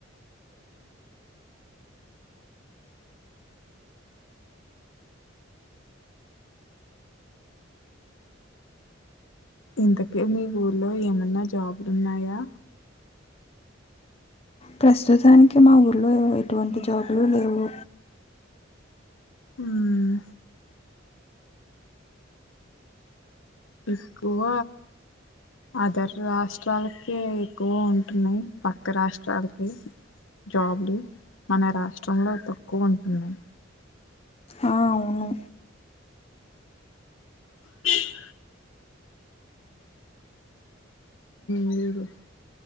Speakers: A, on the left; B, on the left.
A: ఇంతకే మీ ఊల్లో ఏమన్నా జాబులున్నాయా
B: ప్రస్తుతానికి మా ఊర్లో ఎటువంటి జాబులు లేవు
A: ఉమ్ ఏక్కువ అదర్ రాష్ట్రాలకే ఎక్కువ ఉంటున్నాయి పక్క రాష్ట్రాలకి జాబ్లు మన రాష్ట్రంలో తక్కువ ఉంటున్నాయి
B: ఆ అవును
A: పీప్ మీరు